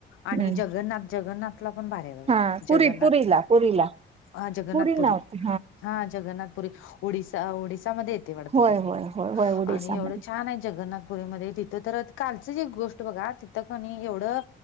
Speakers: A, on the right; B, on the left.
A: हम्म
B: आणि जगन्नाथ जगन्नाथला पण भारी हाय बघा
A: हा पुरी
B: जगन्नाथ
A: पुरीला पुरीला
B: हा जगन्नाथपुरी
A: पुरी नव्हती
B: हा जगन्नाथपुरी ओडिसा ओडिसामध्ये ये वाटत
A: होय
B: ते
A: होय होय होय उडीसामध्ये
B: आणि एवढं छान आहे जगन्नाथ पुरीमध्ये तिथं तर कालचं एक गोष्ट बघा तिथं कणी एवढं